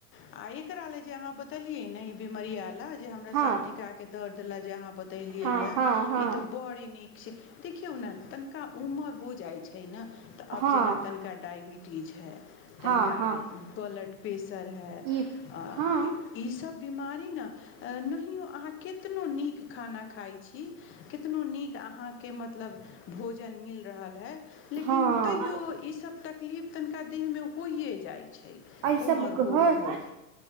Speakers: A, on the left; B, on the right.
A: आ एकरा ल जे अहाँ बतेलियै न ई बीमरिया लऽ जे हमरा
B: हँ
A: सा टिका के द देलक जे देलियै
B: हँ
A: या
B: हँ हँ
A: ई तऽ बड़ी नीक छै देखि यो नऽ तनिका उमर हो जाइ छै ने तऽ आब
B: हँ
A: जेना तनिका डाइबिटीज हइ तनका
B: हँ हँ
A: बोल ब्लड पेस पेसर हई
B: ई
A: आ
B: हँ
A: ई सब बिमारी न अ नहियो आहाँ केतनो निक खाना खाई छी केतनो निक आहाँ के मतलब भोजन मिल रहल हइ लेकिन
B: हँ
A: तयो इ सब तऽ किलिप तनिका दी होइए जाइ छै
B: आ ई
A: उमर
B: सब
A: होइत
B: घर
A: होइत